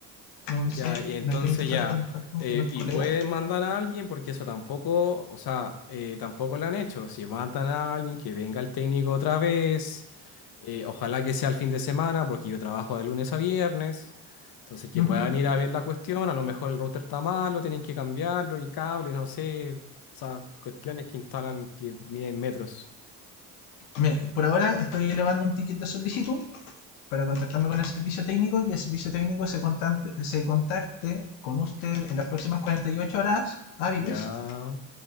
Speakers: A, on the left; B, on the left.
A: Entonces
B: Ya, y entonces
A: me estoy intentando
B: ya,
A: contactar con,
B: eh,
A: con el
B: y
A: colega.
B: pueden mandar a alguien, porque eso tampoco, o sea, eh, tampoco lo han hecho. Si mandan a alguien, que venga el técnico otra vez, eh, ojalá que sea el fin de semana, porque yo trabajo de lunes a viernes. Entonces, que
A: Ujú.
B: puedan ir a ver la cuestión, a lo mejor el router está malo, tienen que cambiarlo, el cable, no sé, o sea, cuestiones que instalan que miden metros.
A: Me- por ahora estoy elevando un ticket de solicitud para contactarme con el servicio técnico y que el servicio técnico se contacte, se contacte con usted en las próximas 48 horas hábiles
B: Ya,